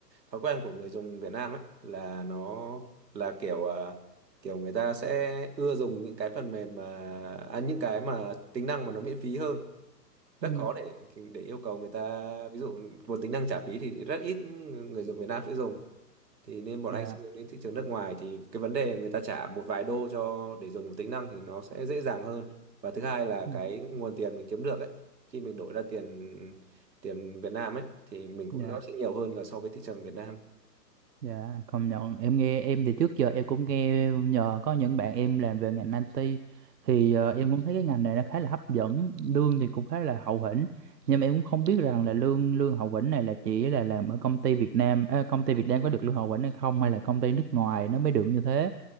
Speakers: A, on the right; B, on the right.
A: thói quen của người dùng Việt Nam ấy là nó là kiểu à, kiểu người ta sẽ ưa dùng những cái phần mềm mà à, những cái mà tính năng mà nó miễn phí hơn rất
B: Ừ.
A: khó để để yêu cầu người ta ví dụ một tính năng trả phí thì rất ít người dùng Việt Nam sẽ dùng thì nên bọn
B: dạ
A: anh sẽ hướng đến thị trường nước ngoài thì cái vấn đề người ta trả một vài đô cho để dùng một tính năng thì nó sẽ dễ dàng hơn và thứ hai là
B: ừ
A: cái nguồn tiền mình kiếm được ấy khi mình đổi ra tiền tiền Việt Nam ấy thì mình cũng
B: dạ
A: nó sẽ nhiều hơn là so với thị trường Việt Nam
B: Dạ, công nhận em nghe em thì trước giờ em cũng nghe nhờ có những bạn em làm về ngành IT thì ờ, em cũng thấy cái ngành này nó khá là hấp dẫn, lương thì cũng khá là hậu hĩnh. Nhưng mà em cũng không biết rằng là lương lương hậu hĩnh này là chỉ là làm ở công ty Việt Nam, ờ, công ty Việt Nam có được lương hậu hĩnh hay không hay là công ty nước ngoài nó mới được như thế.